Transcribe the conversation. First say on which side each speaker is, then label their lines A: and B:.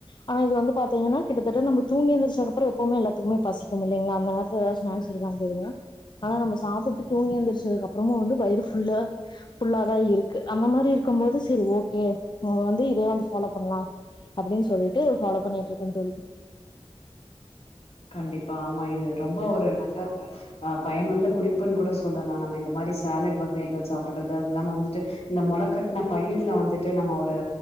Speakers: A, on the left (about 45°); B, on the left (about 75°).
A: ஆனா இது வந்து பாத்தீங்கன்னா கிட்டத்தட்ட நம்ம தூங்கிஎந்திரிச்சக் அப்புறோ எப்பவுமே எல்லாத்துக்குமே பசிக்கு இலைங்களா அந்த மார் எதனா ஸ்நாக்ஸ் இருக்கான்னு தெரியுனு ஆனா நம்ம சாப்ட்டு தூங்கி எந்திரிச்சதுக்கு அப்பறமு வந்து வயிறு ஃபுல்லா ஃபுல்லாதா இருக்கு அந்த மாரி இருக்கும் போது செரி ஓகே உங்க வந்து இதே வந்து ஃபாலோ பண்லா அப்டின் சொல்லிட்டு ஃபாலோ பண்ணிட்டு இருக்கே தோழி
B: கண்டிப்பா ஆமா இது ரொம்ப ஒரு நல்லவுக அ பயனுள்ள குறிப்புன்னு கூட சொல்லலா நம்ம இந்த மாரி சாலட் வகைகள் சாப்டுறது அது இல்லாம வந்துட்டு இந்த மொளக்கட்ன பயிர்ல வந்துட்டு நம்ம ஒரு